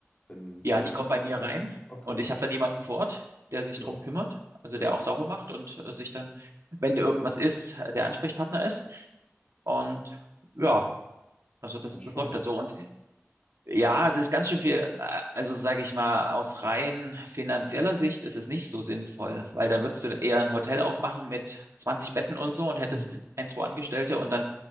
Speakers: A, on the left; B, on the right.
A: wenn, wenn
B: ja,
A: jemand
B: die kommen
A: schreibt?
B: bei mir rein
A: Okay,
B: und ich habe dann jemanden vor Ort, der sich
A: ja,
B: drum kümmert, also
A: ja,
B: der auch sauber macht und äh, sich dann, wenn irgendwas ist, äh, der Ansprechpartner ist. Und ja, also das,
A: entspannt.
B: das läuft dann so. Und Ja, es ist ganz schön viel, äh, also sage ich mal, aus rein finanzieller Sicht ist es nicht so sinnvoll, weil dann würdest du eher ein Hotel aufmachen mit 20 Betten oder so und hättest
A: Mhm,
B: ein, zwei Angestellte und dann